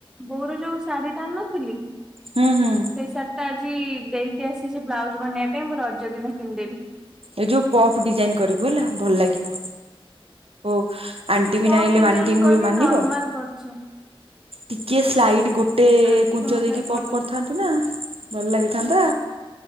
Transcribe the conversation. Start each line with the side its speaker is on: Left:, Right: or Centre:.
Centre: ଵଉର ଯୋଉ ଶାଢୀ ଟା ଆଣିନଥିଲି
Right: ହୁଁ ହୁଁ।
Centre: ସେଇ ସାରୀ ଟା ଆଜି ଦେଇକି ଆସିଛି ବ୍ଲାଉଜ ବନେଇବା ପାଇଁ ମୁଁ ରଜ ଦିନ ପିନ୍ଧିଦେବି।
Right: ଏ ଯୋଉ ପପ୍ ଡିଜାଇନ କରିବୁ ହେଲା ଭଲ ଲାଗିବ ଓ ଆଣ୍ଟି ବି
Centre: ପପ୍
Right: ନାଇଲେ
Centre: ଡିଜାଇନ
Right: ଆଣ୍ଟିକୁ
Centre: କରିନି
Right: ମାନିବ
Centre: <unintelligible>
Right: ଟିକେ ସ୍ଲାଇଡ ଗୋଟେ
Centre: ଆଣ୍ଟିକୁ
Right: କୁଞ୍ଚ
Centre: ମୁଁ
Right: ଦେଇକି
Centre: ସାଇଜ
Right: ପପ୍
Centre: ହବନି।
Right: କରିଥାନ୍ତୁ ସିନା ଭଲ ଲାଗିଥାନ୍ତା